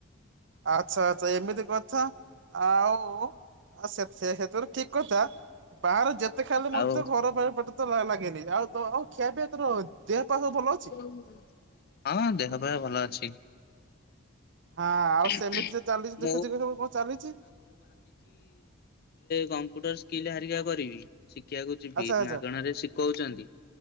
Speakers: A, on the right (about 60°); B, on the left (about 50°).
A: ଆଚ୍ଛା ଆଚ୍ଛା ଏମିତି କଥା। ଆଉ ସେ ସେତେ ହେତୁରୁ ଠିକ କଥା। ବାହାରେ ଯେତେ ଖାଇଲେ ମଧ୍ୟ
B: ଆଉ
A: ଘର ପାଇଁ ପେଟ ତୋ ଲାଗେନି ଆଉ ତ ଆଉ ଖିଆ ପିଆ ତୋର ଦେହ ପା ସବୁ ଭଲ ଅଛି।।?
B: ହୁଁ। ହଁ ଦେହ ପାଆ ଭଲ ଅଛି।
A: ହଁ ଆଉ
B: <unintelligible>
A: ସେମିତି
B: ପିଚି
A: ଯେ ଚାଲିଛି ଦୁଃଖ
B: ଟିକେ
A: ସୁଖ ସବୁ କଣ ଚାଲିଛି
B: କମ୍ପ୍ୟୁଟର ସ୍କିଲ୍ ହାରିକା କରିବି। ଶିଖିବାକୁ ଯିବି
A: ଆଚ୍ଛା ଆଚ୍ଛା।
B: ମାଗଣାରେ ଶିଖଉଛନ୍ତି।